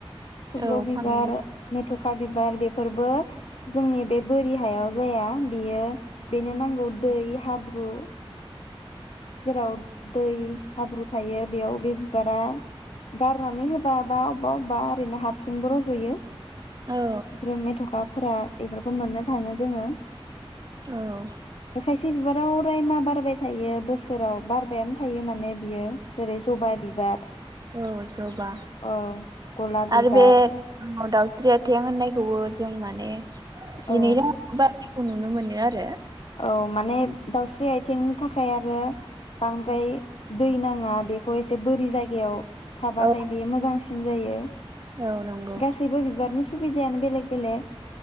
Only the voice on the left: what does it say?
थब्ल'
बिबार
मेथ'ख खा बिबार बेफोरबो जोंनि बे बोरि हायाव जाया बेयो बेनो नांगौ दै हाब्रु जेराव दै हाब्रु थायो बेयाव बे बिबारा गारनानै होबा बा अबेबा अबेबा ओरैनो हारसिंबो रजयो
ब्रे मेथ'खा फोरा बेफोरखौ मोननो थाङो जोङो आरो
खायसे बिबाराव ओमफ्राय मा बारबाय थायो बोस सोराव बारबायानो थायो माने बियो जेरै जबा बिबार
औ गलाब बिबार
औ
औ माने दाउस्रि आथिंनि थाखाय आरो बांद्राय दै नाङा बे फ एसे बोरि जायगायाव थाबाथाय
बे मोजांसिन जायो
गासैबो बिबारनि सुबिदायानो बेलेग बेलेग